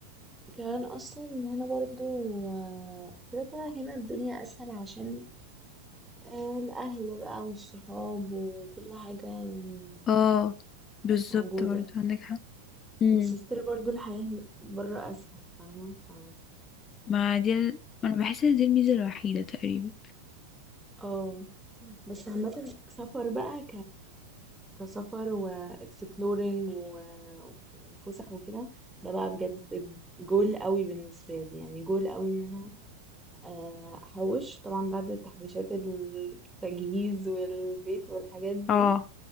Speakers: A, in the centre; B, on the left.
A: كمان اصلا هنا برضو آه، كده كده هنا الدنيا اسهل عشان آه، الاهل بقى والصحاب وكل حاجة يعني
B: اه بالظبط
A: موجودة
B: برضه عندك حق امم
A: بس ستيل برضو مم. الحياة هنا- برا اسهل فاهمة ف
B: ما دي ال- انا بحس ان دي الميزه الوحيده تقريبا
A: اه بس عامة سفر بقى كسفر واكسبلورينج وفسح وكده ده بقى بجد جول قوي بالنسبة لي يعني جول قوي ان انا آه، احوش طبعا بعد تحويشات التجهيز والبيت والحاجات دي
B: اه